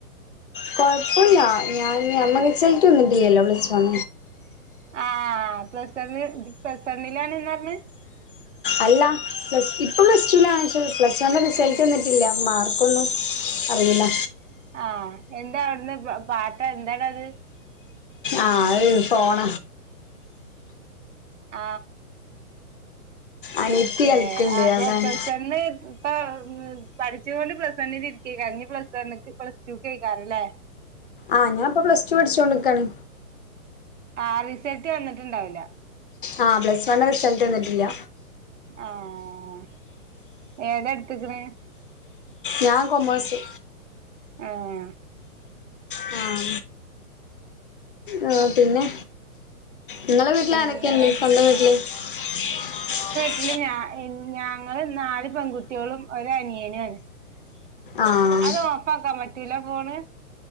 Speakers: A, on the left; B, on the right.
A: കൊഴപ്പല്ലാ ഞാൻ മ്മ റിസൽറ്റ് വന്നിട്ടില്ലല്ലോ പ്ലസ് വൺ
B: ആ പ്ലസ് വൺ പ്ലസ് വണ്ണിലാണ് ന്ന പറഞ്
A: അല്ല പ്ലസ് ഇപ്പ പ്ലസ് ടുലാണ് പ്ലസ് വൺന്റെ റിസൾട്ട്
B: ആഹ്
A: വന്നിട്ടില്ല മാർ ക്കൊന്നും അറിയില്ല
B: ആ എന്താ അവിടുന്ന് പാട്ടൊ എന്താണത്
A: ആ അത് ഫോണ
B: ആ
A: അനിയത്തി
B: മറ്റേ
A: കളിക്കണ്ട്
B: അപ്പൊ
A: അതാണ്
B: പ്ലസ് വൺ ഇപ്പൊ പഠിച്ചുകൊണ്ട് പ്ലസ് വണ്ണിൽ ഇരിക്ക ഞ്ഞി ഇ പ്ലസ് വണ്ണ് പ്ലസ് ടു കേക്കാരല്ലേ
A: ആ ഞാൻ ഇപ്പൊ പ്ലസ് ടു പഠിച്ചോണ്ട്ക്കാണ്
B: ആ റിസൾട്ട് വന്നിട്ടുണ്ടാവില്ല
A: ആ പ്ലസ് വണ് റിസൾട്ട് വന്നിട്ടില്ല
B: ആഹ ഏതടുത്തക്ക്ണ്
A: ഞാൻ കൊമേഴ്സ്
B: ഏഹ്
A: മ്ം ആ പിന്നെ നങ്ങളെ വീട്ടില
B: പിന്നെ
A: ആനൊക്കെയന്ന്പ്പന്റെ വീട്ടില് <unintelligible>
B: <unintelligible> ഞങ്ങള് നാല് പെൺകുട്ടയോളും ഒരനിയനുആണ്
A: ആഹ്
B: അത് ഓഫ് ആക്കാൻ പറ്റൂല പോണ്